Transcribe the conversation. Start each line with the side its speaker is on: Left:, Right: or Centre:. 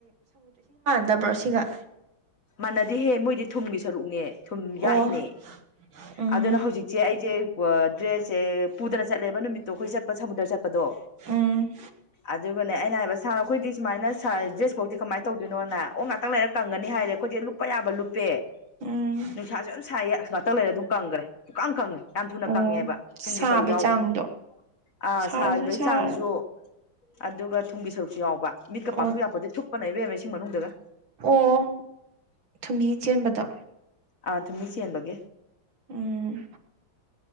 Right: ꯇꯕ꯭ꯔꯣꯁꯤꯒ
Left: ꯃꯅꯗꯤ ꯍꯦ ꯃꯣꯏꯗꯤ ꯊꯨꯝꯒꯤ ꯁꯔꯨꯛꯅꯦ ꯊꯨꯝ
Right: ꯑꯣ
Left: ꯌꯥꯛꯏꯅꯦ
Right: ꯎꯝ
Left: ꯑꯗꯨꯅ ꯍꯧꯖꯤꯛꯁꯦ ꯑꯩ ꯑꯩꯁꯦ ꯗ꯭ꯔꯦꯁꯁꯦ ꯄꯨꯗꯅ ꯆꯠꯂꯦꯕ ꯅꯨꯃꯤꯠꯇꯣ ꯑꯩꯈꯣꯏ ꯆꯠꯄ ꯁꯃꯨꯗ꯭ꯔ ꯆꯠꯄꯗꯣ
Right: ꯎꯝ
Left: ꯑꯗꯨꯒꯅꯦ ꯑꯩꯅ ꯍꯥꯏꯕ ꯁꯥꯔ ꯑꯩꯈꯣꯏꯗꯤ ꯁꯨꯃꯥꯏꯅ ꯁꯥ ꯗ꯭ꯔꯦꯁꯐꯧꯗꯤꯤ ꯀꯃꯥꯏꯅ ꯇꯧꯗꯣꯏꯅꯣꯅ ꯑꯣ ꯉꯥꯛꯇꯪ ꯂꯩꯔꯛ ꯀꯪꯒꯅꯤ ꯍꯥꯏꯔꯦ ꯑꯩꯈꯣꯏꯁꯦ ꯂꯨꯞꯄ ꯌꯥꯕ ꯂꯨꯞꯄꯦ
Right: ꯎꯝ
Left: ꯅꯨꯡꯁꯥꯁꯨ ꯑꯗꯨꯝ ꯁꯥꯏꯌꯦ ꯉꯥꯛꯇ ꯂꯩꯔ ꯑꯗꯨꯝ ꯀꯪꯈ꯭ꯔꯦ ꯄꯨꯛꯀꯥꯟ ꯀꯪꯉꯦ ꯌꯥꯝ ꯊꯨꯅ
Right: ꯑꯣ
Left: ꯀꯪꯉꯦꯕ
Right: ꯁꯥꯕꯩ
Left: ꯊꯨꯝꯒꯤ ꯁꯔꯨꯛ ꯌꯥꯎꯕꯒꯤ
Right: ꯆꯥꯡꯗꯣ
Left: ꯑꯥ
Right: ꯁꯥꯔꯁꯨ
Left: ꯁꯥꯔꯤꯕꯒꯤ
Right: ꯁꯥꯔꯦ
Left: ꯆꯥꯡꯁꯨ ꯑꯗꯨꯒ ꯊꯨꯝꯒꯤ ꯁꯔꯨꯛꯁꯨ ꯌꯥꯎꯕ ꯃꯤꯠꯀ ꯄꯥꯡꯊꯣꯛ
Right: ꯑꯣ
Left: ꯌꯥꯄꯗꯤ ꯊꯨꯞꯄꯅꯩꯕꯦꯝꯕ ꯏꯁꯤꯡ ꯃꯅꯨꯡꯗꯒ
Right: ꯑꯣ ꯊꯨꯝꯍꯤ ꯆꯦꯟꯕꯗ
Left: ꯑꯥ ꯊꯨꯝꯍꯤ ꯆꯦꯟꯕꯒꯦ
Right: ꯎꯝ